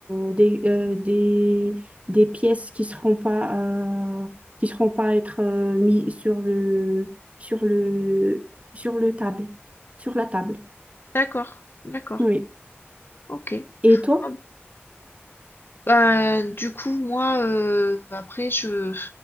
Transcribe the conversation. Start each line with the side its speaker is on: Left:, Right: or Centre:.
Right: euh, des, euh, des, des pièces qui seront pas euh, qui seront pas à être euh, mis sur le sur le sur le table sur la table.
Left: D'accord, d'accord,
Right: Oui.
Left: OK.
Right: Et toi?
Left: Ah ben, du coup, moi, heu, après je